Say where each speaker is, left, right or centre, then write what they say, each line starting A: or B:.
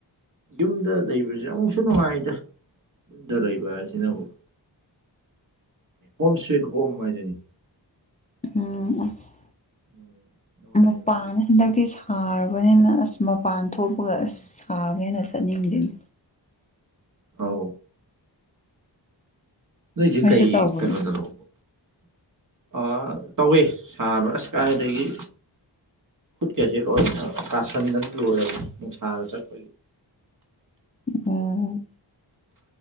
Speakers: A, on the right; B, on the left.
A: ꯌꯨꯝꯗ ꯂꯩꯕꯁꯤ ꯑꯃꯨꯛꯁꯨ ꯅꯨꯡꯉꯥꯏꯗ ꯌꯨꯝꯗ ꯂꯩꯕ ꯍꯥꯏꯁꯤꯅ ꯑꯃꯨꯛ꯫ ꯍꯣꯝ ꯁ꯭ꯋꯤꯠ ꯍꯣꯝ ꯍꯥꯏꯗꯨꯅꯤ꯫
B: ꯎꯝ ꯑꯁ
A: ꯎꯝ ꯅꯨꯡꯉꯥꯏꯕ
B: ꯃꯄꯥꯥꯟꯅꯦ꯫ ꯍꯟꯗꯛꯇꯤ ꯁꯥꯔꯕꯅꯤꯅ ꯑꯁ ꯃꯄꯥꯟ ꯊꯣꯛꯄꯒ
A: ꯎꯝ
B: ꯑꯁ ꯁꯥꯕꯅꯤꯅ ꯆꯠꯅꯤꯡꯗꯦꯅꯦ꯫
A: ꯑꯧ ꯅꯣꯏꯖꯦ
B: ꯅꯣꯏꯁꯨ
A: ꯀꯩ
B: ꯇꯧꯕ꯭ꯔꯣ
A: ꯀꯩꯅꯣꯗꯅꯣ꯫ ꯑꯥ ꯇꯧꯋꯦ ꯁꯥꯕ ꯑꯁ ꯀꯥꯏꯗꯒꯤ꯫ ꯈꯨꯠꯀꯁꯦ ꯂꯣꯏꯅ ꯀꯥꯁꯟꯗꯅ ꯂꯣꯏꯔꯕꯅꯤ ꯅꯨꯡꯁꯥꯗ ꯆꯠꯄꯒꯤ꯫
B: ꯎꯝ